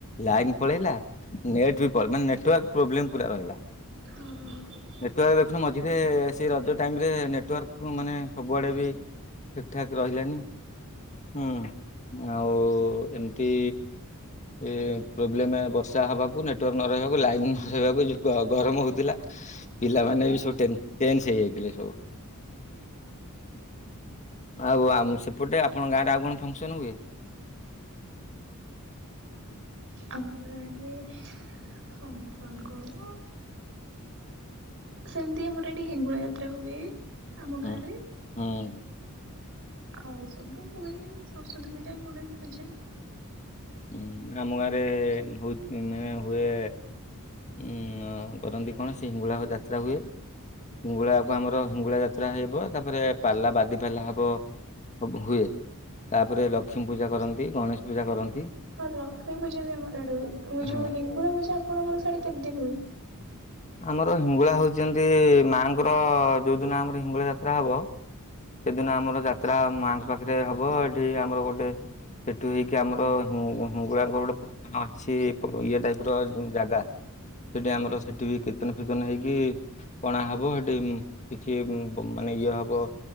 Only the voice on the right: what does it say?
ହଁ।
ପା
ଆମର ଆଡେ ଫଂସନ କଣ ସେମିତି ଆମର ଏଠି ହେଙ୍ଗୁଳା ଯାତ୍ରା ହୁଏ। ଆମ
ଗାଁରେ
ଆଉ ସବୁ ହୁଏ ସରସ୍ଵତୀ ପୂଜା ଗଣେଶ ପୂଜା
ହଁ ଲକ୍ଷ୍ମୀ ପୂଜା ବି ଆମର ଆଡେ ହୁଏ କ ଯୋଉ
ହିଙ୍ଗୁଳା ପୂଜା ଆପଣଙ୍କର ସେଆଡେ କେମିତି ହୁଏ।